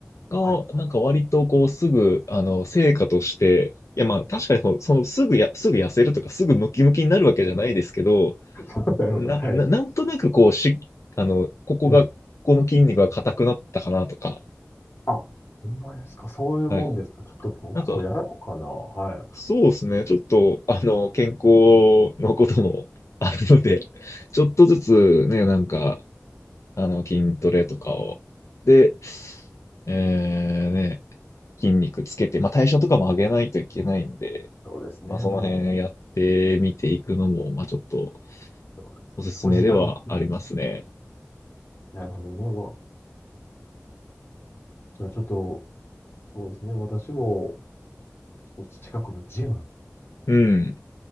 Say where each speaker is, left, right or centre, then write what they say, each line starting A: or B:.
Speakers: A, on the left (about 75°); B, on the left (about 50°).
A: が、
B: はい。
A: なんか割とこうすぐ、あの、成果として、いやまあ確かにこうそのすぐや、すぐ痩せるとかすぐムキムキになるわけじゃないですけど、
B: <laughs> なるほど。
A: な、
B: はい。
A: な、なんとなくこうし、あの、ここが、
B: うん。
A: この筋肉が硬くなったかなとか、
B: あ、ほんまですか。そういうもんですか。
A: はい。
B: ちょっと僕もやろうかな。
A: なんか、
B: はい。
A: そうですね。ちょっと、あの、健康のことも <laughs> あるので、ちょっとずつね、なんか、あの、筋トレとかを、で、えーね、筋肉つけて、まあ、代謝とかも上げないといけないんで、
B: そうですね。
A: まあ、その辺やってみていくのも、
B: もう、
A: まあ、ちょっと
B: そうですねおじさんになってきますね。
A: おすすめではありますね。
B: なるほどね。わじゃあちょっと、そうですね。私も、ちょっと近くのジム
A: うん。